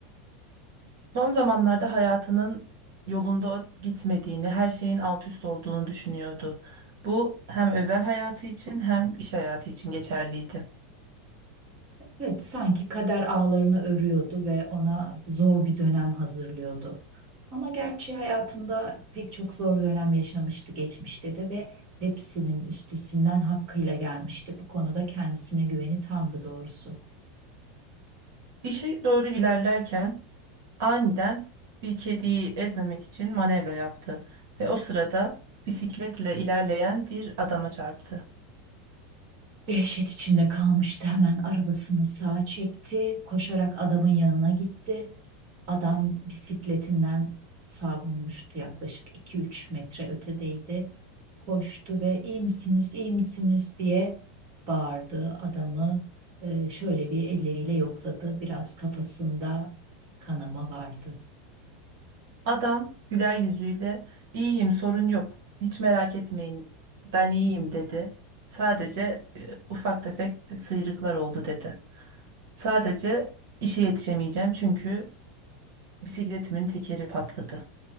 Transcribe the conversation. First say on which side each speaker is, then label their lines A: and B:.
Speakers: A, on the right (about 65°); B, on the right (about 40°).
A: Son zamanlarda hayatının yolunda gitmediğini, her şeyin alt üst olduğunu düşünüyordu. Bu hem özel hayatı için hem iş hayatı için geçerliydi.
B: Evet, sanki kader ağlarını örüyordu ve ona zor bir dönem hazırlıyordu. Ama gerçi hayatında pek çok zor dönem yaşamıştı geçmişte de ve hepsinin üstesinden hakkıyla gelmişti. Bu konuda kendisine güveni tamdı doğrusu.
A: İşe doğru ilerlerken aniden bir kediyi ezmemek için manevra yaptı ve o sırada bisikletle ilerleyen bir adama çarptı.
B: Dehşet içinde kalmıştı. Hemen arabasını sağa çekti. Koşarak adamın yanına gitti. Adam bisikletinden savrulmuştu. Yaklaşık iki üç metre ötedeydi. Koştu ve iyi misiniz, iyi misiniz diye bağırdı. Adamı e, şöyle bir elleriyle yokladı. Biraz kafasında kanama vardı.
A: Adam güler yüzüyle iyiyim sorun yok hiç merak etmeyin ben iyiyim dedi. Sadece e, ufak tefek sıyrıklar oldu dedi. Sadece işe yetişemeyeceğim çünkü bisikletimin tekeri patladı